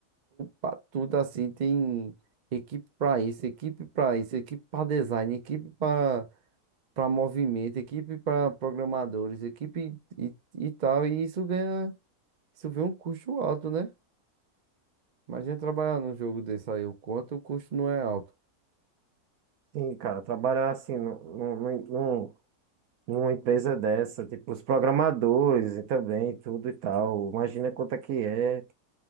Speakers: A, on the right; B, on the right.
A: para tudo assim, tem equipe para isso, equipe para isso, equipe para design, equipe para para movimento, equipe para programadores, equipe e, e tal, e isso ganha, isso vem um custo alto, né? Imagina trabalhar num jogo desse aí, o quanto o custo não é alto.
B: Sim, cara, trabalhar assim num, num, num- numa empresa dessa, tipo, os programadores e também, tudo e tal. Imagina quanto é que é